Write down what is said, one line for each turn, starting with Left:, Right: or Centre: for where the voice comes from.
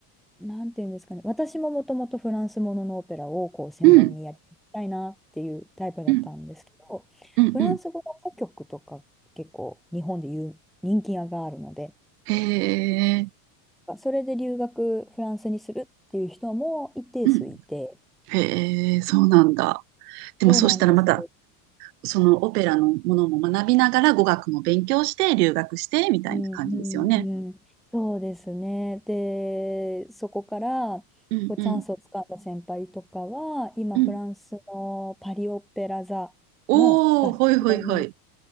Centre: なんていうんですかね、私ももともとフランスもののオペラをこう専門にやりたいなっていうタイプだったんですけど、
Right: うん。うん。うん。
Centre: フランス語の歌曲とか結構日本でいう人気があるので、
Right: うんへえ。
Centre: それで留学フランスにするっていう人も一定数いて、
Right: うん。へえ、そうなんだ。でも、
Centre: そうなんです。
Right: そうしたらまた、そのオペラのものも学びながら語学も勉強して、留学して、みたいな感じですよね。
Centre: うんうんうん、そうですね。で、そこからこうチャンスをつかんだ先輩とかは、
Right: うんうん
Centre: 今、
Right: うん。
Centre: フランスのパリ・オペラ座の合唱に
Right: おお、ほいほいほい。